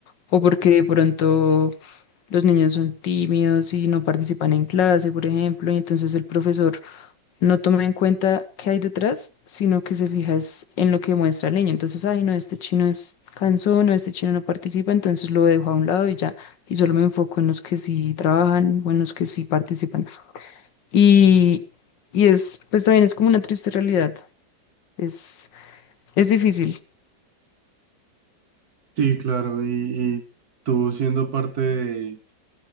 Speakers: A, on the left; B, on the right.
A: o porque de pronto los niños son tímidos y no participan en clase, por ejemplo, y entonces el profesor no toma en cuenta qué hay detrás, sino que se fija es en lo que muestra la niña. Entonces, ay, no, este chino es cansón, no, este chino no participa, entonces lo dejo a un lado y ya. Y solo me enfoco en los que sí trabajan o en los que sí participan. Y, y es, pues también es como una triste realidad. Es, es difícil.
B: Sí, claro, y, y tú siendo parte de,